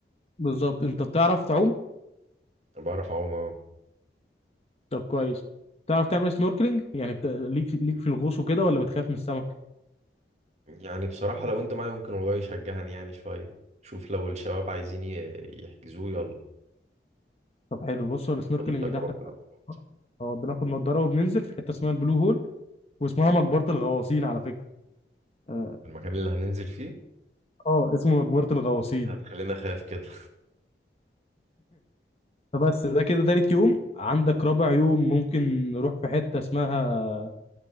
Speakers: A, on the left (about 35°); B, on the right (about 40°).
A: بالظبط انت بتعرف تعوم
B: أنا بعرف أعوم اه
A: طب كويس تعرف تعمل سنوركلينج يعني بت... ليك ليك في الغوص وكده ولا بتخاف من السمك
B: يعني بصراحة لو أنت معايا ممكن والله يشجعني يعني شوية شوف لو الشباب عايزين ي- يحجزوه يلا
A: طب حلو بص هو السنوركلينج
B: خد التجربة
A: ده احنا
B: كلها مع بعض
A: اه آه، بناخد نضاره وبننزل في حته اسمها البلو هول واسمها مقبره الغواصين على فكره اه
B: المكان اللي هننزل فيه
A: آه، اسمه مقبره الغواصين
B: هتخلينا خايف كده
A: فبس ده كده تالت يوم عندك رابع يوم ممكن نروح في حته اسمها